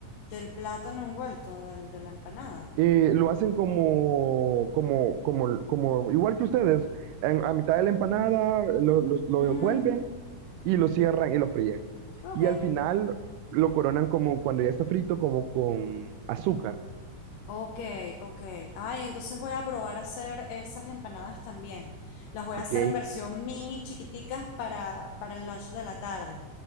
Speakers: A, on the left; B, on the right.
A: del plátano envuelto, del, de la empanada?
B: Eh, lo hacen como, como, como, como, igual que ustedes, en- a mitad de la empanada lo, lo- lo
A: Mm,
B: envuelven y lo cierran y lo fríen.
A: ok.
B: Y al final lo coronan como cuando ya está frito, como con azúcar.
A: Ok, ok. Ay, entonces voy a probar a hacer esas empanadas también. Las voy
B: Ok,
A: a hacer en versión mini, chiquiticas para, para el lunch de la tarde.